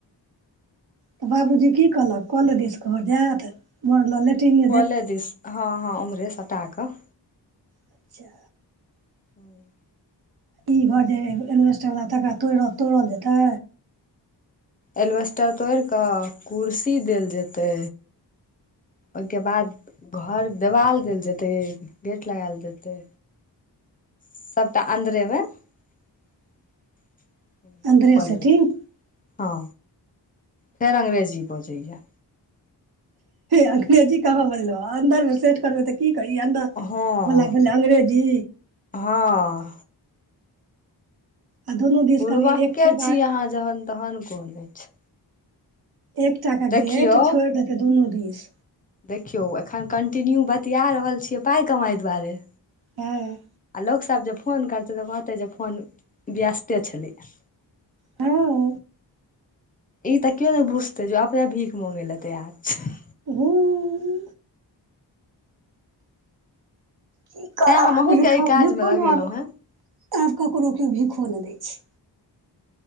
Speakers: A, on the right; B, on the left.
A: तऽ बाबूजी की कहलक कले दिस भ जैत। उम्हर ल लेटींग
B: कले दिस हां-हां उमहरे सटा के।
A: अच्छा।
B: हूं।
A: ई घर जे एलवेस्टर वला तकरा तोड़ा तोड़ल जेतै।
B: एलवेस्टर तौर कै कुर्सी देल जेतै। ओइके बाद घर देबाल देल जेतै, गेट लगैल जेतै। सबटा अन्दरेमे हूं
A: अन्दरे
B: क
A: सेटिंग
B: लेल जेतै। हां फेर अंग्रेजी बजैया।
A: अंग्रेजी कहाँ बजलौ, अन्दर मे सेट करबै त की कहि अन्दर
B: हां-हां।
A: वला भेलै अंग्रेजी आ दुनू दिस
B: बुड़बक्के
A: कनि एकके बाद
B: छी अहाँ जहन तहन कोन ऐछ।
A: एकटा के
B: देखियौ
A: गेट छोड़ देतै दुनू दिस।
B: देखियौ एखन कन्टिन्यू बतिया रहल छियै पाइ कमाइ दुआरे।
A: हां।
B: आ लोकसब जे फोन करतै तऽ कहतै जे फोन व्यस्ते छलै यै।
A: हां।
B: ई तऽ कियो नै बुझतै जे अपने भीख मंगै ले तैयार छै।
A: हूँ। की करब
B: तैं हम अहूँके
A: भीखो
B: एहि काजमे
A: भीखो
B: लगेलहुँ
A: नै आब
B: हेँ
A: आब ककरो कियो भीखो नै दै छै।